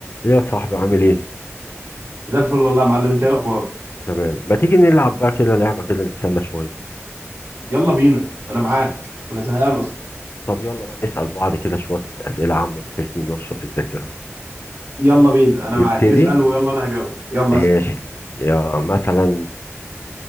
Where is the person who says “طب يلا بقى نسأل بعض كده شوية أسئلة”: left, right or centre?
Left